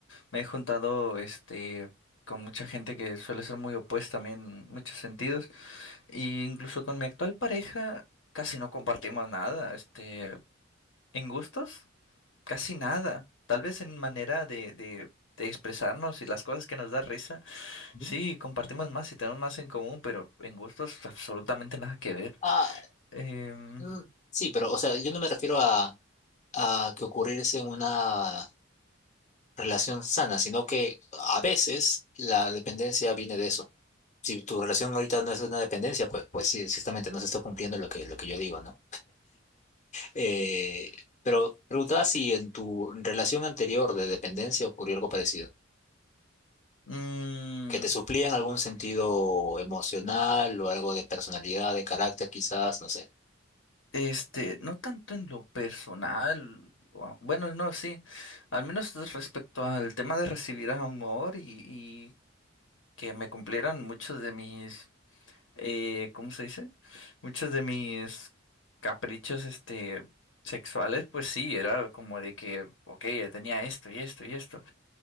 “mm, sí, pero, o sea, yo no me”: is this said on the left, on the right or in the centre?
Left